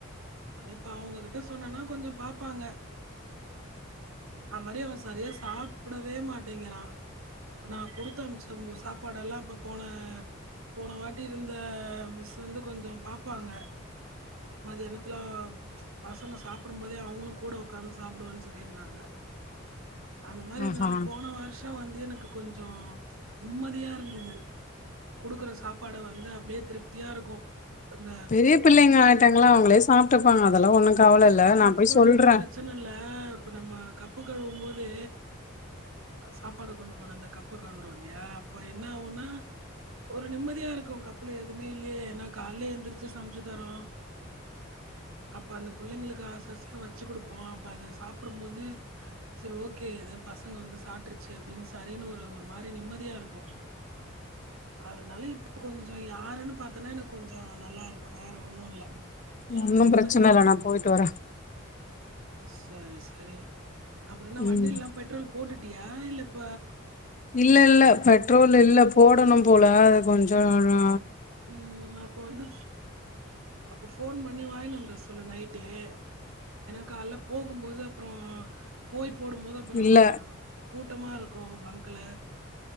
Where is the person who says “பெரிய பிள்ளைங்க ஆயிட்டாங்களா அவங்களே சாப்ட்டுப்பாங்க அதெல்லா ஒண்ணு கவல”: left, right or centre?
Left